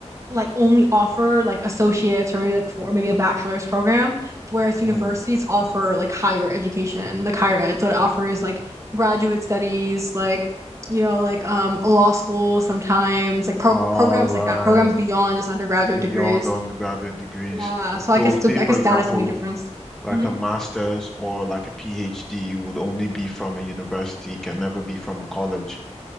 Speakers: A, on the right; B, in the centre.
A: like only offer like associates or maybe like for maybe a bachelor's program, whereas universities
B: Mm.
A: offer like higher education, like higher ed. So it offers like graduate studies, like you know, like um law school sometimes, like pro-
B: All
A: programs
B: right.
A: like that, programs beyond just undergraduate
B: Beyond
A: degrees.
B: undergraduate degrees.
A: Yeah, so I
B: So,
A: guess th-
B: say
A: I
B: for
A: guess
B: example,
A: that is the main difference.
B: Like
A: hmm
B: a master's or like a PhD would only be from a university, can never be from a college.